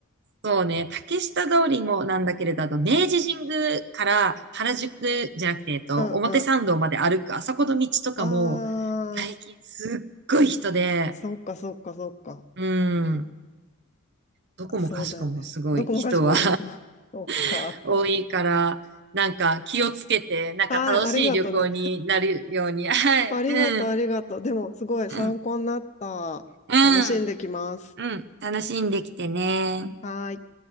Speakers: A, on the right; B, on the left.
A: そうね、竹下通りもなんだけれど、あと明治神宮から原宿じゃなくて、えっと、
B: うんうん。
A: 表参道まで歩く、あそこの道とかも、
B: あ
A: 最近すっごい人で、
B: あ、そっかそっかそっか。
A: うん、どこもかしこもすごい人は
B: そうだよね。どこもかしこも。<laughs> そっか。
A: <laughs> 多いから、なんか気をつけて、なんか楽しい旅行になるように、
B: はい、ありがとうね。
A: はい、
B: ありがとう、
A: うん、
B: ありがとう。でも、すごい参考になった。
A: うん、うん。
B: 楽しんできます。
A: うん、楽しんできてね。
B: はーい。